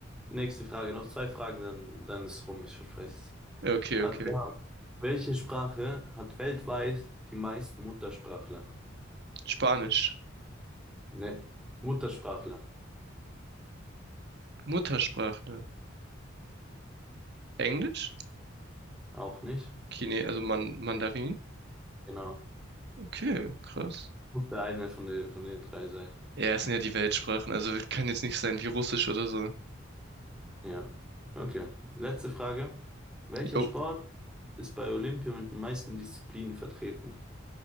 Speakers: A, in the centre; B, on the right.
A: nächste Frage, noch zwei Fragen, dann, dann ist rum, ich verspreche es.
B: Ja, Okay,
A: Also,
B: okay.
A: wir haben, welche Sprache hat weltweit die meisten Muttersprachler?
B: Spanisch.
A: Ne, Muttersprachler,
B: Muttersprachler. Englisch?
A: auch nicht?
B: Chine, also Man Mandarin?
A: Genau.
B: Okay, krass.
A: Muss der eine von den, von den drei sein.
B: Ja, es sind ja die Weltsprachen, also kann jetzt nicht sein wie Russisch oder so.
A: Ja, okay. Letzte Frage. Welcher
B: Jo.
A: Sport ist bei Olympia mit den meisten Disziplinen vertreten?